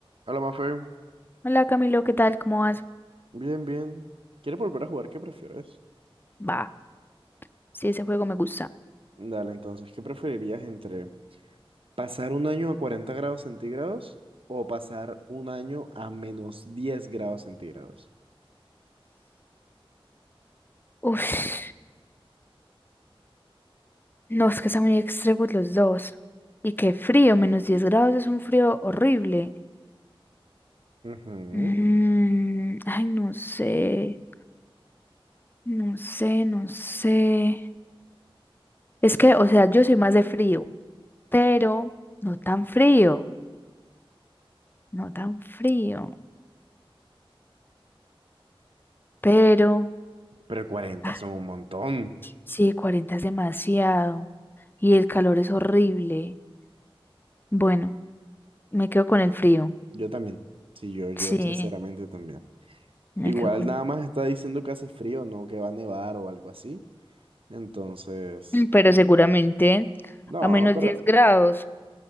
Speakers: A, on the right; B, on the left.
A: Hola, Mafe.
B: Hola Camilo, ¿qué tal? ¿Cómo vas?
A: Bien, bien. ¿Quieres volver a jugar? ¿Qué prefieres?
B: Va, sí, ese juego me gusta.
A: Dale, entonces, ¿qué preferirías entre pasar un año a 40 grados centígrados o pasar un año a menos 10 grados centígrados?
B: Uf, no, es que están muy extremos los dos. Y qué frío, menos 10 grados es un frío horrible.
A: Ujú.
B: Mm, ay, no sé, no sé, no sé. Es que, o sea, yo soy más de frío, pero no tan frío, no tan frío. Pero,
A: Pero cuarenta
B: ah,
A: son un montón.
B: sí, 40 es demasiado. Y el calor es horrible. Bueno, me quedo con el frío.
A: Yo también. Sí, yo, yo
B: Sí,
A: sinceramente también.
B: me
A: Igual
B: quedo con...
A: nada más está diciendo que hace frío, no que va a nevar o algo así. Entonces,
B: Mm, Pero seguramente
A: no,
B: a menos
A: pero,
B: 10 grados.